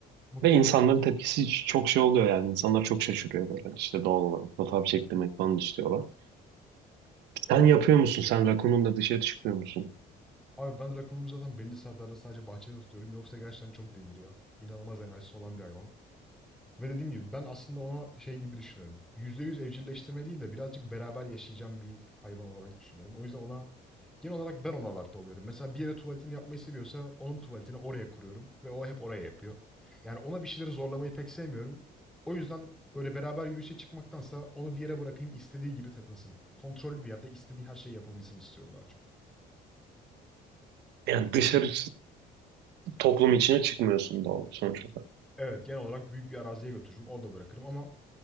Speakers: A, in the centre; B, on the right.
A: Mutlu
B: Ve insanların
A: oluyor mu sence?
B: tepkisi çok şey oluyor yani. İnsanlar çok şaşırıyor böyle. İşte doğal olarak fotoğraf çektirmek falan istiyorlar. Sen yapıyor musun? Sen rakununla dışarı çıkıyor musun?
A: Abi ben rakonumu zaten belli saatlerde sadece bahçede tutuyorum. Yoksa gerçekten çok deliriyor. İnanılmaz enerjisi olan bir hayvan. Ve dediğim gibi ben aslında ona şey gibi düşünüyorum. %100 evcilleştirme değil de birazcık beraber yaşayacağım bir hayvan olarak düşünüyorum. O yüzden ona genel olarak ben ona adapte oluyorum. Mesela bir yere tuvaletini yapmayı seviyorsa onun tuvaletini oraya kuruyorum ve o hep oraya yapıyor. Yani ona bir şeyleri zorlamayı pek sevmiyorum. O yüzden böyle beraber yürüyüşe çıkmaktansa onu bir yere bırakayım istediği gibi takılsın. Kontrollü bir yerde istediği her şeyi yapabilsin istiyorum daha çok.
B: Yani dışarı toplum içine çıkmıyorsun doğal sonuç olarak.
A: Evet genel olarak büyük bir araziye götürürüm orada bırakırım ama